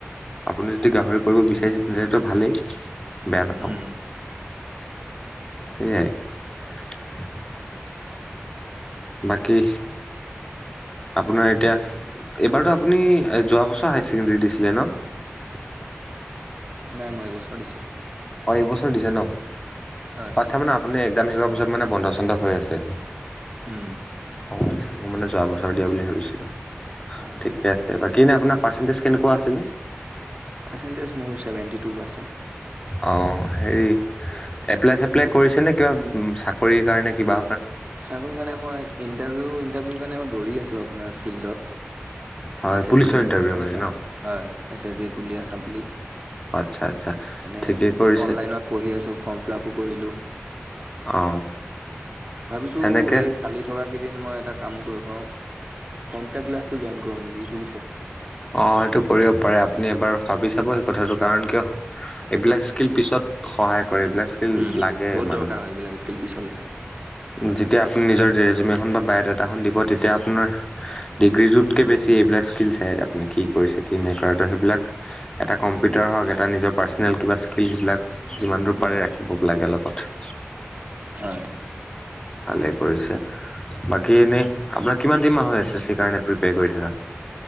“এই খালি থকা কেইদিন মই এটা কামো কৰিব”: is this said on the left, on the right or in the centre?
Right